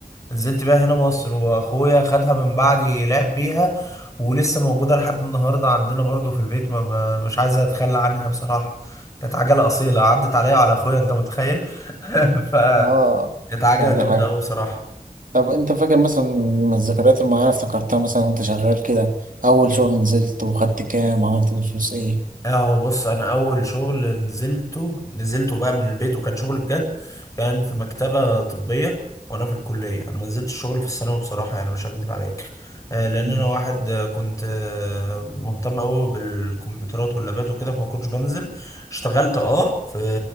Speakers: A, on the left; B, on the right.
A: نزلت بيها هنا مصر واخويا خدها من بعدي لعب بيها ولسه موجوده لحد النهارده عندنا برضو في البيت ما ما- مش عايز اتخلى عنها بصراحه كانت عجله اصيله عدت عليا وعلى اخويا انت متخيل <laughs> ف
B: اه
A: كانت عجله
B: يعني
A: جامده
B: حاجه
A: قوي بصراحه
B: طب انت فاكر مثلا من الذكريات المعينه افتكرتها مثلا وانت شغال كده اول شغل نزلت وخدت كام عملت بالفلوس ايه
A: اه بص انا اول شغل نزلته نزلته بقى من البيت وكان شغل بجد كان في مكتبة طبية وانا في الكلية انا ما نزلتش شغل في الثانوي بصراحة يعني مش هكدب عليك آه، لان
B: مم.
A: انا واحد آه، كنت آه، مهتم قوي بالكمبيوترات واللابات وكده فما كنتش بنزل اشتغلت اه في